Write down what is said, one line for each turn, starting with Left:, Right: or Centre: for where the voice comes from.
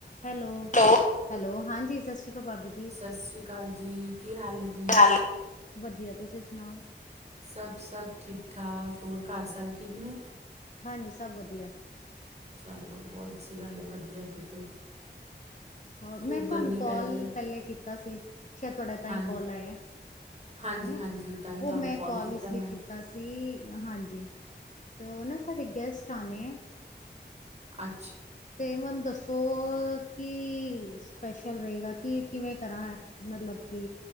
Left: Hello. ਹੈਲ ਹਾਂਜੀ ਸਿ ਸ਼੍ਰੀ ਅਕਾਲ ਭਾਬੀ ਜੀ।
Right: ਸਤਿ ਸ਼੍ਰੀ ਅਕਾਲ ਜੀ ਕੀ ਹਾਲ ਹੈ ਜੀ।
Left: ਚੱਲ ਵਧੀਆ ਤੁਸੀਂ ਸੁਣਾਓ।
Right: ਸਭ-ਸਭ ਠੀਕ-ਠਾਕ ਹੋਰ ਘਰ ਸਾਰੇ ਠੀਕ ਨੇ।
Left: ਹਾਂਜੀ ਸਭ ਵਧੀਆ।
Right: ਚਲੋ ਬਹੁਤ ਅੱਛੀ ਗੱਲ ਹੈ, ਵਧੀਆ ਫਿਰ ਤਾਂ।
Left: ਹੋਰ
Right: ਖੂਬ
Left: ਮੈ ਤੁਹਾਨੂੰ
Right: ਗਰਮੀ
Left: ਕਾਲ
Right: ਪੈ ਰਹੀ ਹੈ
Left: ਪਹਿਲੇ ਕੀਤਾ ਸੀ ਸ਼ਾਇਦ ਤੁਹਾਡਾ ਤਾਈ
Right: ਹਾਂ
Left: ਕਾਲ ਆਇਆ
Right: ਹਾਂਜੀ
Left: ਹਨਾ।
Right: ਹਾਂਜੀ ਤਾਂ ਹੀ
Left: ਉਹ
Right: ਤੁਹਾਨੂੰ
Left: ਮੈਂ ਕਾਲ ਇਸ ਲਈ
Right: ਮੈਂ
Left: ਕੀਤਾ ਸੀ ਹਾਂਜੀ ਤੇ ਉਹ ਨਾ ਸਾਡੇ ਗੈਸਟ ਆਨੇ ਐਂ।
Right: ਅੱ
Left: ਤੇ ਮੈਨੂੰ ਦੱਸ ਤੋਂ ਕੀ ਸਪੈਸ਼ਲ ਰਹੇਗਾ ਕਿ ਕਿਵੇਂ ਕਰਾਂ ਮਤਲਬ ਕਿ